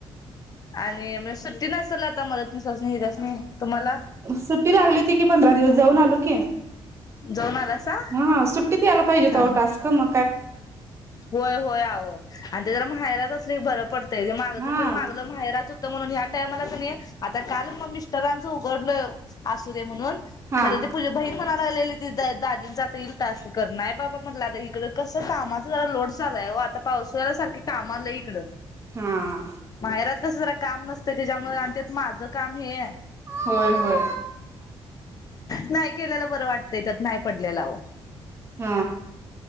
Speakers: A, on the left; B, on the right.
A: आणि म सु ती नसल आता म्हणत मी सजनी रजनी तुम्हाला
B: सुट्टी लागली होती की पंधरा दिवस जाऊन आलो की.
A: जाऊन आलासा?
B: हा सुट्टीत ह्यला पाहिजेत
A: हा
B: अहो टास्क म
A: होय होय आहो आणि ते जरा माहेरातच चे बर पड तेज्या मागच
B: हा
A: पण मागल माहेराच तर म्हणून ह्या टायमाला कनी आता काल म मिस्ट सगळ्यांच उघडलय आसू दे म्हणून.
B: हा
A: खरं ते पूजा भईर म्हणायला लागलेली ती दाजींच आता येईल टास्क कर नाही बाबा म्हटलं आता इकड कसं कामाचा जरा लोड चाललाय वो आता पाऊसा सारखे कामा लई इकडं
B: हा
A: माहेरात कस जरा काम नसतं तेझ्यामुळ आणि त्यात माझं काम हे.
B: होय होय
A: नाही केलेलं बरं वाटतय तर. नाही पडलेलाव <inaudible>
B: हा